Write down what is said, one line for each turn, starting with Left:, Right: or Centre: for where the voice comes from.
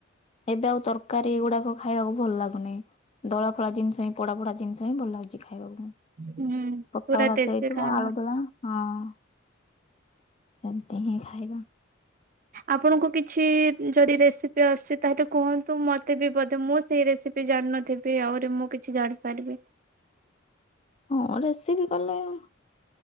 Left: ଏବେ ଆଉ ତରକାରି ଏଗୁଡାକ ଖାଇବାକୁ ଭଲ ଲାଗୁନି। ଦଳା ଫଳା ଜିନିଷ ହିଁ ପଡା ପଡା ଜିନିଷ ହିଁ ଭଲ ଲାଗଚି ଖାଇବାକୁ।
Right: ହୁଁ
Left: ପକାଳ
Right: ପୁରା
Left: ଭାତ
Right: ଦେଶୀ
Left: ହେଇଥିବ
Right: ଖାନା
Left: ଆଳୁ ଦଳା। ହଁ ସେମତି ହିଁ ଖାଇବା।
Right: ଆପଣଙ୍କୁ କିଛି ଯଦି ରେସିପି ଆସୁଛି ତାହେଲେ କୁହନ୍ତୁ ମତେ ବି ବୋଧେ ମୁଁ ସେଇ ରେସିପି ବି ଜାଣିନଥିବି ଆହୁରି ମୁଁ କିଛି ଜାଣିପାରିବି।
Left: ହଁ ରେସିପି କଲେ ଆ